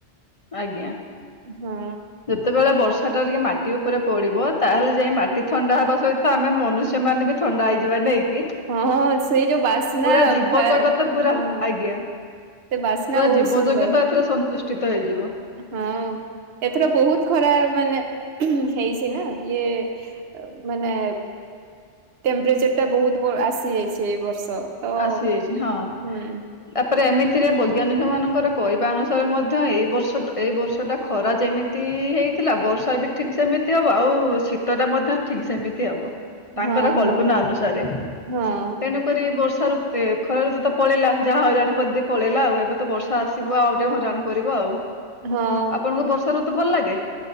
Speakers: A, on the left (about 35°); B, on the right (about 60°).
A: ଆଜ୍ଞା।
B: ହଁ।
A: ଯେତେବେଳେ ବର୍ଷା ଟା ଟିକେ ମାଟି ଉପରେ ପଡିବ, ତାହେଲେ ଯାଇ ମାଟି ଥଣ୍ଡା ହବା ସହିତ ଆମେ ମନୁଷ୍ୟ ମାନେ ବି ଥଣ୍ଡା ହେଇଯିବା ନେଇକି
B: ହଁ ସେଇ ଯୋଉ ବାସ୍ନା
A: ପୁରା ଜୀବ
B: ଫା
A: ଜଗତ ପୁରା
B: ହଁ
A: ଆଜ୍ଞା।
B: ସେ ବାସ୍ନା
A: ପୁରା
B: ବହୁତ
A: ଜୀବ
B: ସୁନ୍ଦର।
A: ଜଗତ ଏଥରେ ସନ୍ତୁଷ୍ଟିତ ହେଇଯିବ।
B: ହଁ ଏଥର ବହୁତ ଖରା ମାନେ <inaudible> ହେଇଛି ନା ଇଏ ମାନେ ଟେମ୍ପରେଚର୍ ଟା ବହୁତ ବ ଆସ ହେଯାଇଛି ଏଇ ବର୍ଷ ତ ହୁଁ
A: ଆସିଯାଇଛି ହଁ। ତାପରେ ଏମିତିରେ ବୈଜ୍ଞାନିକ ମାନଙ୍କର କହିବା ଅନୁସାରେ ମଧ୍ୟ ଏଇ ବର୍ଷ ଟା ଏଇ ବର୍ଷ ଟା ଖରା ଯେମିତି ହେଇଥିଲା ବର୍ଷା ବି ଠିକ ସେମିତି ହବ ଆଉ ଶୀତ ଟା ମଧ୍ୟ ଠିକ ସେମିତି ହବ। ତାଙ୍କର
B: ହଁ
A: କଳ୍ପନା
B: ହଁ
A: ଅନୁସାରେ।
B: ହଁ
A: ତେଣୁକରି ବର୍ଷାଋତୁ ଖରା ଋତୁ ତ ପଳେଇଲା ଯାହା ହଇରାଣ କରିଦେଇ ପଳେଇଲା ଆଉ ଏବେ ତ ବର୍ଷା ଆସିବ ଆଉ ଟିକେ ହଇରାଣ। କରିବ ଆଉ।
B: ହଁ।
A: ଆପଣଙ୍କୁ ବର୍ଷା ଋତୁ ଭଲ ଲାଗେ?